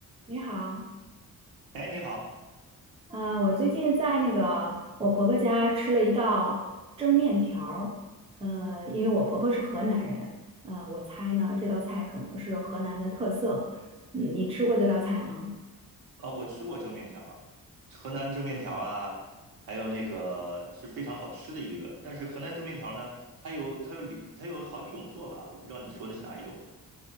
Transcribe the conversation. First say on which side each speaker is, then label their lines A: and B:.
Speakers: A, on the right (about 15°); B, on the right (about 80°).
A: 你好，
B: 哎，你好，
A: 嗯、我最近在那个我婆婆家吃了一道蒸面条儿，呃，因为我婆婆是河南人，呃，我猜呢这道菜可能是河南的特色，嗯，你吃过这道菜吗？
B: 呃，我吃过蒸面条儿，河南蒸面条啊，还有那个是非常好吃的一个。但是河南蒸面条呢，它有它有里它有好几种做法，我不知道你说的是哪一种。